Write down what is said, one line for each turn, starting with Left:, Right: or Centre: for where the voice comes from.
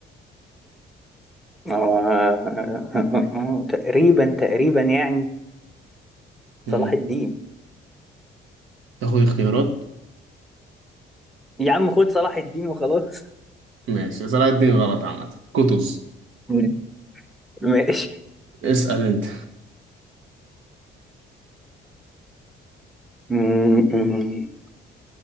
Centre: آه. <laughs> تقريبا تقريبا يعني
Right: مم.
Centre: صلاح الدين
Right: تاخد اختيارات
Centre: يا عم خد صلاح الدين وخلاص
Right: ماشي صلاح الدين غلط عامة كتز
Centre: <laughs> م- ماشي
Right: اسأل انت
Centre: م- م-